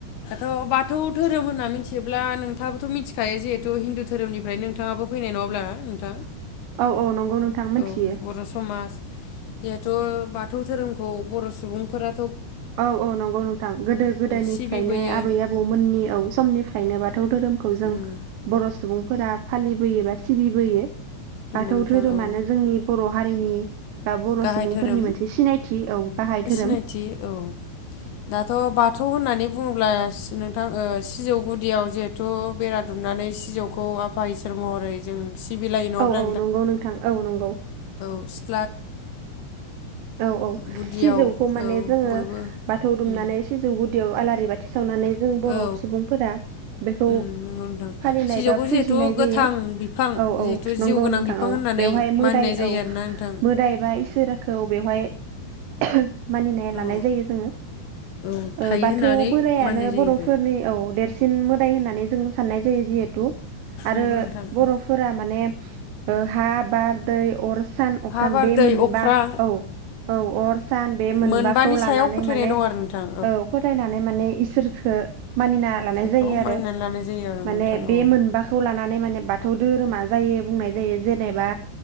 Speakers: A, on the left; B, on the right.
A: दाथ' बाथौ' धोरोम होनना मिथियोब्ला नोंथाङाबोथ' मिथिखायो जिहेथु हिन्दु धोरोमनिफ्राय नोंथाङाबो फैनाय नङाब्ला नोंथां
B: औ औ नंगौ नोंथां मिथियो
A: औ बर' समाज जिहेथु बाथौ धोरोमखौ बर' सुबुंफोरा
B: औ औ नंगौ नोंथां गोदो गोदोनिफ्रायनो
A: सिबिबोयो
B: आबै आबौमोननि औ समनिफ्रायनो बाथौ धोरोमखौ जों
A: उम
B: बर' सुबुं फोरा फालिबोयो बा सिबिबोयो
A: नंगौ
B: बाथौ
A: नोंथां
B: धोरोमानो
A: औ
B: जोंनि बर' हारिनि बा बर'
A: गाहाय
B: सुबुंफोरनि
A: धोरोम
B: मोनसे सिनायथि औ गाहाय धोरोम
A: सिनायथि औ दाथ' बाथौ होननानै बुङोब्ला नोंथां ओ सिजौ गुदियाव जिहेथु बेरा दुमनानै सिजौखौ आफा इसोर महरै जों सिबिलायो नङाब्ला
B: औ औ नंगौ नोंथां औ नंगौ
A: औ सि
B: औ औ
A: गुदियाव
B: सिजौखौ माने
A: औ
B: जोङो
A: बयबो
B: बाथौ दुमनानै
A: उम
B: सिजौ गुदियाव आला रि बाथि सावनानै जों बर'
A: औ
B: सुबुंफोरा बेखौ
A: उम नंगौ नोंथां
B: फालिनाय
A: सिजौखौ
B: बा फुजिनाय
A: जिहेथु गोथां
B: जायो
A: बिफां
B: औ औ
A: जिहेथु
B: नंगौ
A: जिउ गोनां
B: नोंथां
A: बिफां
B: औ
A: होननानै
B: बेवहाय मोदाय
A: मानिनाय जायो
B: औ
A: आरोना नोंथां
B: मोदाय इसोरखौ बेवहाय <unintelligible> मानिनाय लानाय
A: औ
B: जायो जोङो
A: औ
B: ओ
A: थायो
B: बाथौ
A: होननानै
B: बोरायानो
A: मानिनाय जायो
B: बर'फोरनि
A: आरो
B: औ देरसिन मोदाय होननानै जोङो साननाय जायो जिहेतु आरो
A: नंगौ नोंथां
B: बर'फोरा
A: औ
B: माने ओ हा बार दै अर सान अख्रां
A: हा बार
B: बे
A: दै
B: मोनबा
A: अख्रां
B: औ औ अर सान बे मोनबाखौ
A: मोनबानि
B: लानानै
A: सायाव फोथायनाय
B: माने
A: दं आरो नोंथां
B: औ फोथायनानै माने इसोरखो मानिना लानाय
A: बिसोरखौ
B: जायो आरो
A: मानिनानै लानाय जायो आरो
B: माने
A: नोंथां
B: बे
A: औ
B: मोनबाखौ लानानै माने बाथौ धोरोमा जायो बुंनाय जायो जेनेबा